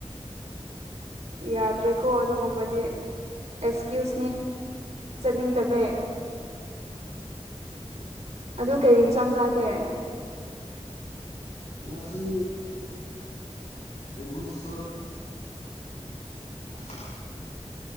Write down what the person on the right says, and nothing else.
ꯌꯥꯗ꯭ꯔꯦꯀꯣ ꯑꯗꯨꯒꯨꯝꯕꯗꯤ ꯑꯦꯛꯁꯀ꯭ꯌꯨꯁꯅꯦ ꯆꯠꯅꯤꯡꯗꯕꯩ ꯑꯗꯨ ꯀꯩ ꯏꯟꯁꯥꯡ ꯆꯥꯒꯦ